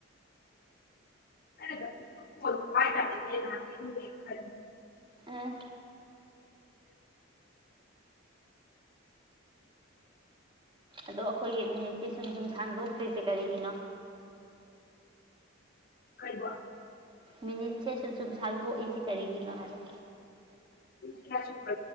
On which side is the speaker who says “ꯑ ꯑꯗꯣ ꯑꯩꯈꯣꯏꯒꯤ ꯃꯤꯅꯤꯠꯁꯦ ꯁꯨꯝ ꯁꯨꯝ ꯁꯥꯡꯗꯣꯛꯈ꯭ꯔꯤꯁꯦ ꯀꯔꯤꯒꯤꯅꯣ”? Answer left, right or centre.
Right